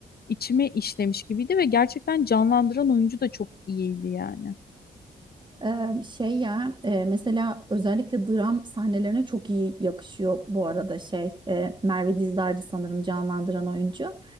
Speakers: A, on the left; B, on the right.
A: içime işlemiş gibiydi ve gerçekten canlandıran oyuncu da çok iyiydi yani.
B: Ee, şey ya e, mesela özellikle dram sahnelerine çok iyi yakışıyor bu arada şey e, Merve Dizdar'dı sanırım canlandıran oyuncu.